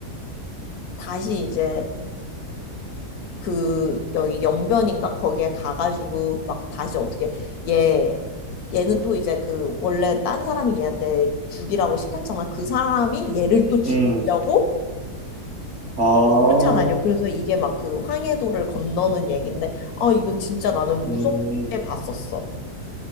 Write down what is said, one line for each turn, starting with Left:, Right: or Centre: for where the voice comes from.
Left: 다시 이제 그 여기 연변인가 거기에 가가지고 막 다시 어떻게 얘 얘는 또 이제 그 원래 딴 사람이 얘한테 죽이라고 시켰잖아. 그 사람이 얘를 또 죽이려고
Right: 음, 아,
Left: 쫓아다녀. 그래서 이게 막 그 황해도를 건너는 얘긴데 아 이거 진짜 나는
Right: 음,
Left: 무섭게 봤었어.